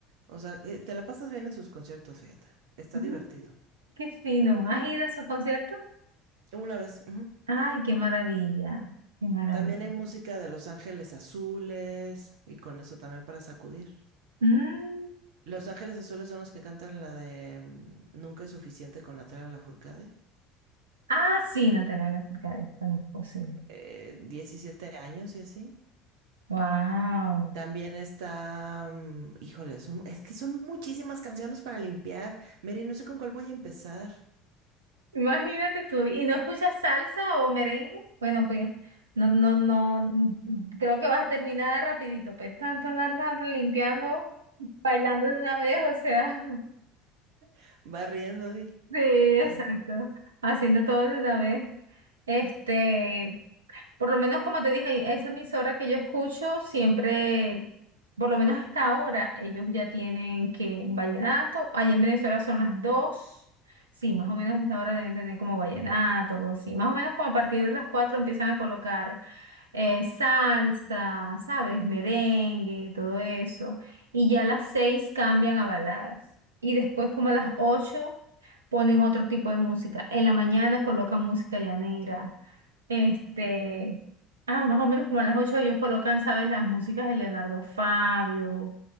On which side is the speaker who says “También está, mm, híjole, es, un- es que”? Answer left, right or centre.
Right